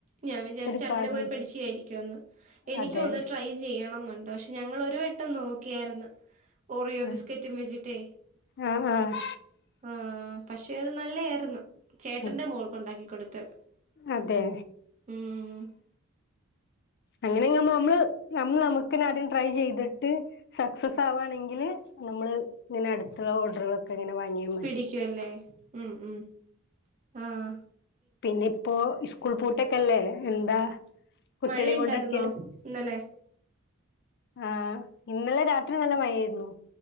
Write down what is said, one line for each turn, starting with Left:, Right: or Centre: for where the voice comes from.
Right: ഞാൻ വിചാരിച്ചു
Left: ഒരുപാടുണ്ട്
Right: അങ്ങനെ പോയി പഠിച്ചേയായിരിക്കുവെന്ന് എനിക്കൊന്ന്
Left: അതെ
Right: ട്രൈ ചെയ്യണംന്നുണ്ട് ക്ഷെ പക്ഷെ ഞങ്ങളൊരു വട്ടം നോക്കിയായിര്ന്ന് ഓറിയോ
Left: ആഹ്
Right: ബിസ്ക്കറ്റും വെച്ചിട്ടേ
Left: ആഹ് ആഹ്
Right: ആഹ് പക്ഷെ അത് നല്ലെ ആയിരുന്നു. ചേട്ടന്റെ
Left: ഉം
Right: മോൾക്ക് ഉണ്ടാക്കി കൊടുത്ത്.
Left: അതെ
Right: ഹ്മ്മ്
Left: അങ്ങനെങ്ങ് നമ്മള് നമ്മള് നമ്മുക്കന്നെ ആദ്യം ട്രൈ ചെയ്തിട്ട് സക്സ്സസാവാണെങ്കില് നമ്മള് ഇങ്ങനെ അട്ത്ത്ള്ള ഓർഡറുകളൊക്കെ ഇങ്ങനെ വാങ്ങിയോ
Right: പിടിക്കു അല്ലേ, ഹ്മ്മ് ഹ്മ്മ് ആഹ്
Left: പിന്നെ ഇപ്പോ സ്കൂൾ പൂട്ടൊക്കല്ലേ എന്താ കുട്ടികളെയും
Right: മഴ ഇണ്ടായിരുന്നോ
Left: കൊണ്ട് എടക്കേലും
Right: ഇന്നലെ
Left: ആഹ് ഇന്നലെ രാത്രി നല്ല മഴ ആയിരുന്നു.